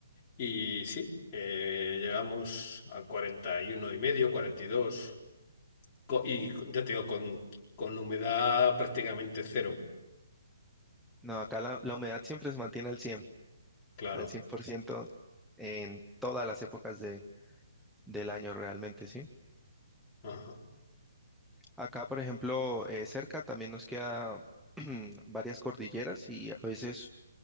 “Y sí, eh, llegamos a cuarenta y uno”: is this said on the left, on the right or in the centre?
Left